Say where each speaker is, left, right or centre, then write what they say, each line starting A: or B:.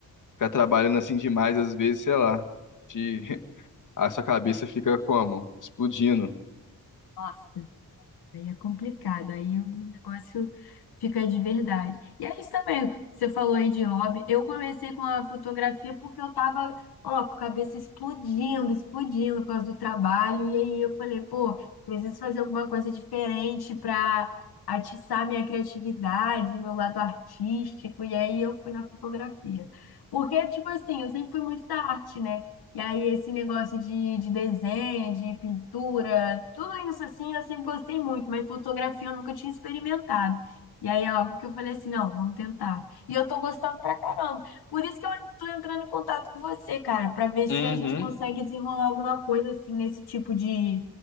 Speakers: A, on the left (about 55°); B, on the left (about 85°).
A: ficar trabalhando assim demais, às vezes, sei lá, te... <laughs> a sua cabeça fica como? Explodindo.
B: nossa. Aí é complicado, aí o negócio fica de verdade. E é isso também, que você falou aí de hobby. Eu comecei com a fotografia porque eu tava, ó, com a cabeça explodindo, explodindo por causa do trabalho. E aí eu falei, pô, preciso fazer alguma coisa diferente para atiçar minha criatividade, meu lado artístico. E aí eu fui na fotografia. Porque, tipo assim, eu sempre fui muito da arte, né? E aí, esse negócio de, de desenho, de pintura, tudo isso assim, eu sempre gostei muito, mas fotografia eu nunca tinha experimentado. E aí é algo que eu falei assim, não, vamos tentar. E eu tô gostando pra caramba. Por isso que eu tô entrando em contato com você, cara, pra ver se
A: Uhum.
B: a gente consegue desenrolar alguma coisa assim nesse tipo de